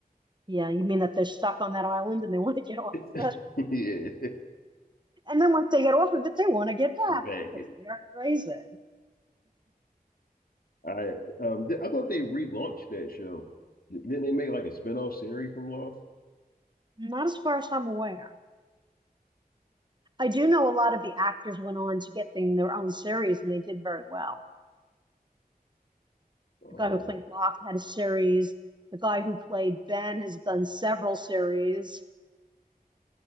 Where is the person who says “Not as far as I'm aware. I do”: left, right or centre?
Right